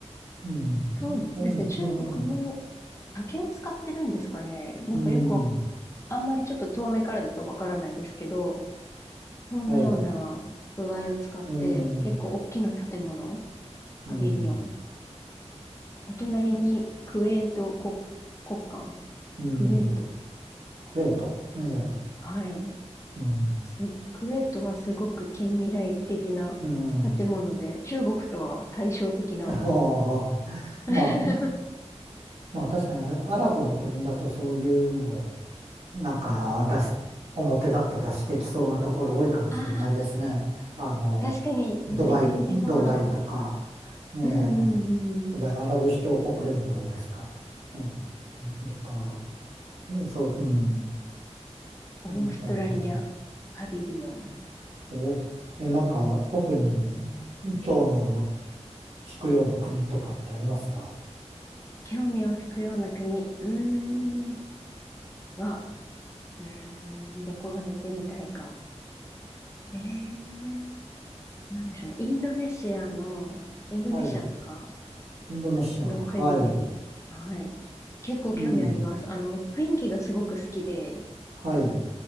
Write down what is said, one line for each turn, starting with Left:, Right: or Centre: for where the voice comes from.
Right: うん、
Left: そうですね、
Right: うん、
Left: 中国も竹を使ってるんですかね。
Right: うん、
Left: なんかよくわ、
Right: うん
Left: あんまりちょっと遠目からだとわからないんですけど、そんなような素材を使って結構大きな建物、
Right: はい、うん、うん、
Left: パビリオン、お隣にクウェート国、国館、
Right: うん、
Left: クウェート。
Right: クウェート、えー
Left: はい。
Right: うん、
Left: スクエットはすごく近未来的な
Right: うん。
Left: 建物で、
Right: <laughs>
Left: 中国とは対照的な。
Right: はあはあ。まあ、
Left: <laughs> あ
Right: まあ確かにねアラブの国だとそういうのをなんか出し、表だって出してきそうなところ多いかもしれないですね。
Left: あ、
Right: あの、
Left: 確かに言われてみれば。
Right: ドバイ、ドバイとか、ええ
Left: うんうんうん。
Right: ドバイアラブ首長国連邦ですか。ええとか、うんそう、うん、
Left: オーストラリア、
Right: なんか、うん
Left: パビリオン。
Right: こうえ、なんか特に興味を持引くような国とかってありますか
Left: 興味を引くような国。うーん。は、うーん、どこが見てみたいか。ええなんでしょうね。インドネシアの、インドネシアとか
Right: はい。インドネシア、
Left: の国々。
Right: はい。
Left: はい。結構興味あります。
Right: うん。
Left: あの、雰囲気がすごく好きで、
Right: はい。う